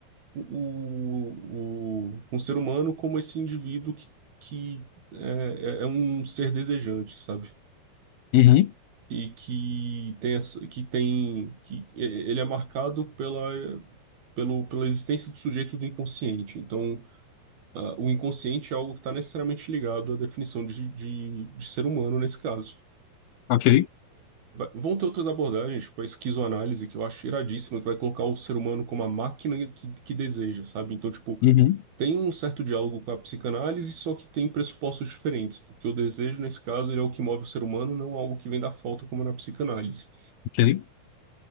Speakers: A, on the right; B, on the left.
A: o, o, um ser humano como esse indivíduo que, que é, é é um ser desejante, sabe?
B: Uhum.
A: E que tem, essa- que tem, que é, ele é marcado pela, pelo, pela existência do sujeito do inconsciente. Então, ah, o inconsciente é algo que está necessariamente ligado à definição de, de, de ser humano nesse caso.
B: Ok.
A: Vão ter outras abordagens, tipo a esquizoanálise, que eu acho iradíssima, que vai colocar o ser humano como a máquina que, que deseja, sabe? Então, tipo,
B: Uhum.
A: tem um certo diálogo com a psicanálise, só que tem pressupostos diferentes, porque o desejo, nesse caso, ele é o que move o ser humano, não algo que vem da falta, como na psicanálise.
B: Ok.